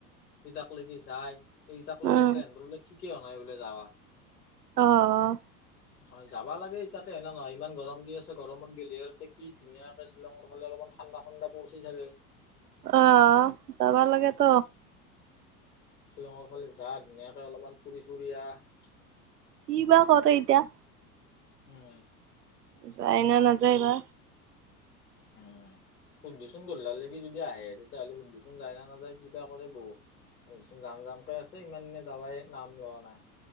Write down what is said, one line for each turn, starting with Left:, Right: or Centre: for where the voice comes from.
Left: কিতাকলেকে যায়। এইটাকলেকে
Right: উম
Left: বোলে সেহতঁৰ বোলে ঠিকে নাই বোলে যাবা।
Right: অ', অ'।
Left: হয়, যাবা লাগে তাতে হয়, নে নহয় ইমান গৰম দি আছে গৰমত গ'লেহ আৰু তাতে কি ধুনীয়াকে শ্বিলংৰ ফালে অলপমান ঠাণ্ডা, ঠাণ্ডা পৰিচি চাগে।
Right: অহ, যাবা লাগে তো।
Left: শ্বিলঙৰ ফালে যাহ, ধুনীয়াকে অলপমান ফুৰি চুৰি আহ।
Right: কি বা কৰে এতিয়া?
Left: উম।
Right: যায়নে নাযায় বা?
Left: উম। সুধবি চোন গধলালেকি যদি আহে, তেতিয়াহ'লে সুধবিচোন যায় না নাযায় কিবা কৰে বহু এইচোন যাম, যামকে আছে ইমান দিনে যাবাই নাম লোৱা নাই।